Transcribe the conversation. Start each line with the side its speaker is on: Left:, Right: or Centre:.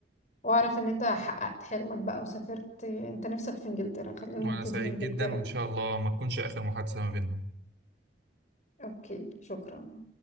Left: وأعرف إن أنت حققت حلمك بقى وسافرت أنت نفسك في إنجلترا خلينا نبتدي
Right: وأنا سعيد
Left: بإنجلترا
Right: جدا وإن شاء الله ما تكونش آخر محادثة ما بيننا
Left: أوكي شكرا